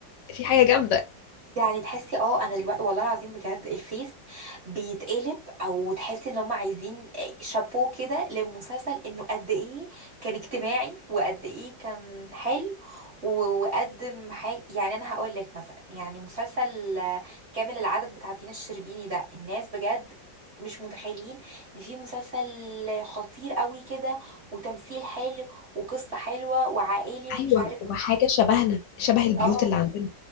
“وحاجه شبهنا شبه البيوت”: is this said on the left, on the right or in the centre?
Left